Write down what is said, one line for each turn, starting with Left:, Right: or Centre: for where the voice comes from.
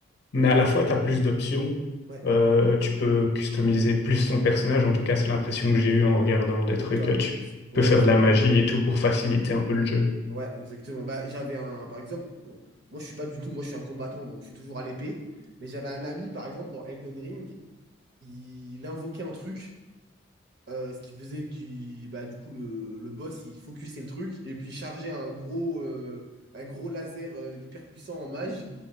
Left: Mais à la fois, tu as plus d'options.
Right: ouais,
Left: Euh, tu peux customiser plus ton personnage. En tout cas, c'est l'impression que j'ai eue en regardant des
Right: c'est
Left: trucs.
Right: le cas.
Left: Tu
Right: Ouais,
Left: peux faire
Right: ouais, c'est
Left: de la
Right: le cas.
Left: magie et tout pour faciliter un peu le jeu.
Right: Ouais, exactement. Bah, j'avais un, par exemple, bon, moi, je suis pas du tout, moi, je suis un combattant, donc je suis toujours à l'épée. Mais j'avais un ami, par exemple, dans Elden Ring, il invoquait un truc. Euh, ce qui faisait que bah, du coup le, le boss il focusait le truc et puis il chargeait un gros, euh, un gros laser euh, hyper puissant en mage